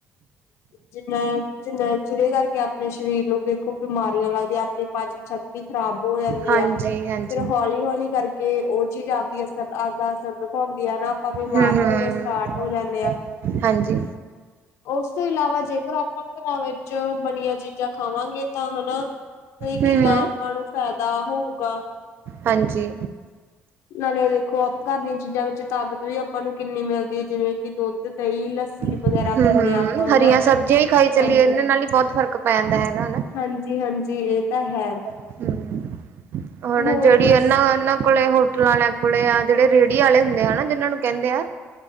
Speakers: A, on the left; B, on the right.
A: ਜਿੰਨਾ-ਜਿੰਨਾ, ਜਿਦੇ ਕਰਕੇ ਆਪਣੇ ਸਰੀਰ ਨੂੰ ਬਿਮਾਰੀਆਂ ਲੱਗਦੀਆਂ, ਆਪਣੀ ਪਾਚਨ ਸ਼ਕਤੀ ਖ਼ਰਾਬ ਹੋ ਜਾਂਦੀ
B: ਹਾਂਜੀ
A: ਆ, ਫਿਰ
B: ਹਾਂਜੀ
A: ਹੌਲੀ-ਹੌਲੀ ਕਰਕੇ ਕੇ ਉਹ ਚੀਜ਼ ਆਪਦੀ ਅਸਰ, ਆਪਦਾ ਅਸਰ ਦਿਖਾਉਂਦੀ ਆ ਨਾ, ਆਪਾਂ ਬਿਮਾਰ
B: ਹੂੰ ਹੂੰ
A: ਹੋਣੇ ਸਟਾਰਟ ਹੋ ਜਾਂਦੇ ਹਾਂ।
B: ਹਾਂਜੀ।
A: <inaudible> ਓਸ ਤੋਂ ਇਲਾਵਾ ਜੇਕਰ ਆਪਾਂ ਘਰਾਂ ਵਿੱਚ, ਬਣੀਆਂ ਚੀਜ਼ਾਂ ਖਾਵਾਂਗੇ ਤਾਂ, ਹਨਾ ਬਈ
B: ਹੂੰ
A: ਕਿੰਨਾ
B: ਹੂੰ
A: ਆਪਾ ਨੂੰ ਫਾਇਦਾ ਹੋਊਗਾ।
B: ਹਾਂਜੀ।
A: ਨਾਲੇ ਦੇਖੋ, ਆਪ ਘਰ ਦੀਆਂ ਚੀਜ਼ਾਂ ਵਿੱਚ ਤਾਕਤ ਵੀ ਆਪਾਂ ਨੂੰ ਕਿੰਨੀ ਮਿਲਦੀ ਹੈ, ਜਿਵੇਂ ਕਿ ਦੁੱਧ ਦਹੀਂ, ਲੱਸੀ
B: ਹੂੰ,
A: ਵਗੈਰਾ ਪੀਂਦੇ
B: ਹੂੰ,
A: ਹਾਂ ਆਪਾਂ ਹਨਾ
B: ਹਰੀਆਂ ਸਬਜ਼ੀਆਂ ਹੀ ਖਾਈ
A: ਹਾਂਜੀ।
B: ਚੱਲੀਏ ਇਹਨੇ ਨਾਲ ਹੀ ਬਹੁਤ ਫਰਕ ਪੈ ਜਾਂਦਾ ਹੈਗਾ, ਹਨਾ।
A: ਹਾਂਜੀ-ਹਾਂਜੀ, ਇਹ ਤਾ ਹੈ।
B: ਹੂੰ, ਹੁਣ
A: ਹੋਰ
B: ਜਿਹੜੀ
A: ਦੱਸ
B: ਐਨਾ-ਐਨਾ ਕੋਲੇ ਹੋ ਟਲ ਵਾਲਿਆਂ ਕੋਲੇ ਆ, ਜਿਹੜੇ ਰੇਹੜੀ ਵਾਲੇ ਹੁੰਦੇ ਆ ਹਨਾ ਜਿਹਨਾਂ ਨੂੰ ਕਹਿੰਦੇ ਆ,